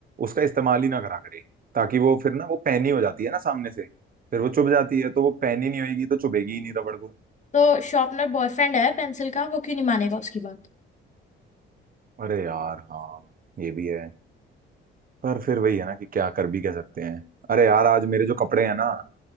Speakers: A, on the right; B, on the left.
A: उसका इस्तेमाल ही ना करा करे ताकि वो फिर ना वो पैनी हो जाती है ना सामने से फिर वो चुभ जाती है तो वो पैनी नहीं होगी तो चुभेगी ही नहीं रबड़ को
B: तो शॉर्पनर बॉयफ्रेंड है पेंसिल का वो क्यों नहीं मानेगा उसकी बात
A: अरे यार हाँ ये भी है पर फिर वही है ना कि क्या कर भी कह सकते हैं अरे यार आज मेरे जो कपड़े हैं ना